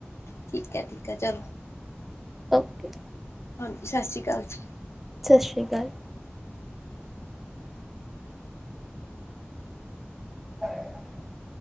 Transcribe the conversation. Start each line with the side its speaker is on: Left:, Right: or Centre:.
Left: ਠੀਕ ਆ ਠੀਕ ਆ, ਚਲੋ
Centre: ਓਕੇ
Left: ਹਨਜੀ, ਸਤਿ ਸ਼੍ਰੀ ਅਕਾਲ ਜੀ
Centre: ਸਤਿ ਸ਼੍ਰੀ ਅਕਾਲ <unintelligible>